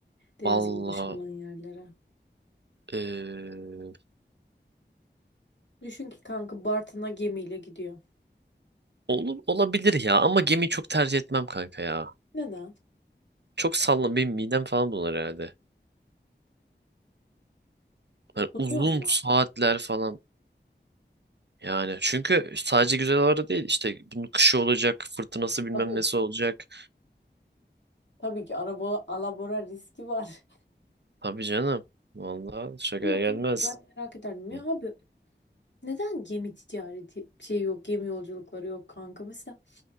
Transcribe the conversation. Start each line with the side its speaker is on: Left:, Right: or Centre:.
Left: Denizli
Right: Valla
Left: ulaşım olan yerlere.
Right: eee,
Left: Düşün ki kanka Bartın'a gemiyle gidiyor.
Right: olur olabilir ya ama gemiyi çok tercih etmem kanka ya.
Left: Neden?
Right: Çok sallan benim midem falan bulanır herhalde. Hani
Left: Tutuyor
Right: uzun
Left: mu lan?
Right: saatler falan yani çünkü sadece güzel havalarda değil işte bunun kışı olacak fırtınası bilmem
Left: Tabii.
Right: nesi olacak.
Left: Tabii ki araba alabora riski var.
Right: Tabii canım valla
Left: <laughs>
Right: şakaya
Left: Ama
Right: gelmez.
Left: kanka ben merak ederdim ya
Right: Hı.
Left: abi neden gemi ticareti şey yok gemi yolculukları yok kanka mesela